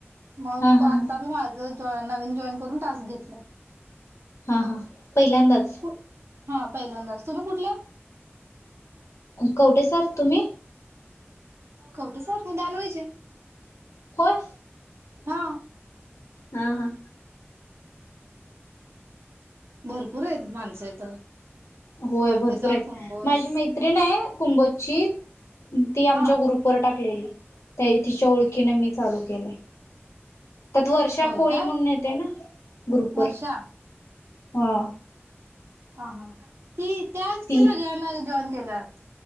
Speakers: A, on the right; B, on the left.
A: मग
B: हा
A: तु
B: हा
A: आत्ता
B: हा
A: बी माझं होय नवीन जॉईन करून टास्क घेतला.
B: हां हां. पहिल्यांदाच?
A: कु हा पहिल्यांदाच. तुम्ही कुठलं?
B: कवठे सार. तुम्ही?
A: कवटेसार मी दानूळीचे
B: होय
A: हां
B: हां हां
A: भरपूर आहेत माणसं इथ
B: होय
A: कवटेसार
B: भरपूर आहेत
A: कुंभोज
B: माझी मैत्रिण आय कुंभोज ची ती आमच्या
A: हा
B: ग्रुप वर टाकली. ते तिच्या ओळखीने मी चालू केले. त्यात वर्षा
A: होय
B: कोळी
A: काय
B: म्हणून येतय ना ग्रुप वर...
A: वर्षा
B: हा
A: हां हां अ ती त्याच की
B: ती
A: सगळ्यांना जॉइन... केल्यात.